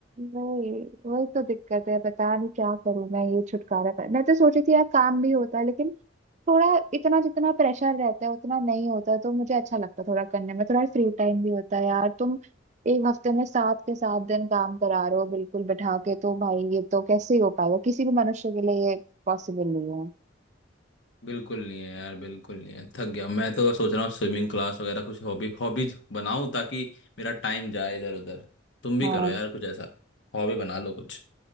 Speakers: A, on the right; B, on the left.
A: वही वही तो दिक्कत है पता नहीं क्या करूं मैं ये छुटकारा पाया मैं तो सोची थी यार काम भी होता है लेकिन थोड़ा इतना जितना प्रेशर रहता है उतना नहीं होता तो मुझे अच्छा लगता है थोड़ा करने में थोड़ा फ्री टाइम भी होता है यार तुम एक हफ्ते में सात के सात दिन काम करा रहे हो बिल्कुल बैठा के तो भाई ये तो कैसे ही हो पाएगा किसी भी मनुष्य के लिए ये पॉसिबल नहीं है
B: बिल्कुल नहीं है यार बिल्कुल नहीं है थक गया मैं तो सोच रहा हूँ स्विमिंग क्लास वगैरह कुछ हॉबी हॉबीज बनाऊं ताकि मेरा टाइम जाए इधर उधर तुम भी
A: हाँ
B: करो यार कुछ ऐसा हॉबी बना लो कुछ